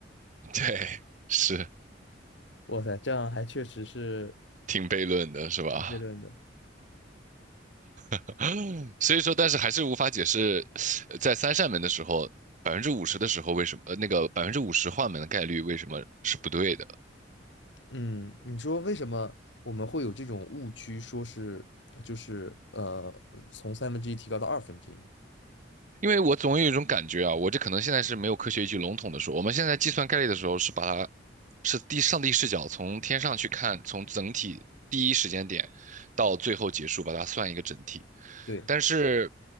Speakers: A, on the right; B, on the left.
A: <laughs> 对，是，
B: 哇塞，这样还确实是
A: 挺悖论的，是吧？
B: 有悖论的。
A: <laughs> 所以说，但是还是无法解释，呃在三扇门的时候，百分之五十的时候为什么，呃，那个百分之五十换门的概率为什么是不对的？
B: 嗯，你说为什么我们会有这种误区，说是就是呃，从三分之一提高到二分之一？
A: 因为我总有一种感觉啊，我这可能现在是没有科学依据，笼统的说，我们现在计算概率的时候是把它是第上帝视角，从天上去看，从整体第一时间点到最后结束，把它算一个整体。
B: 对，
A: 但是